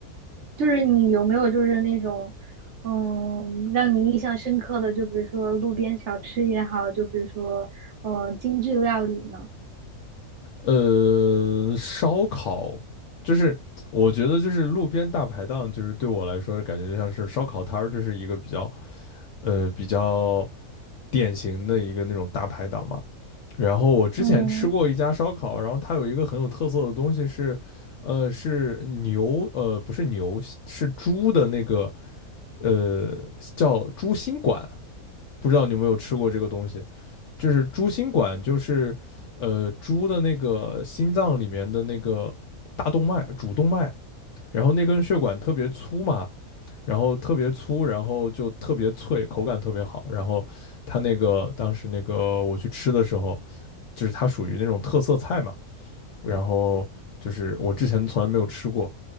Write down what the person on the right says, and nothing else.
就是你有没有就是那种，嗯，让你印象深刻的，就比如说路边小吃也好，就比如说，嗯，精致料理呢？
嗯，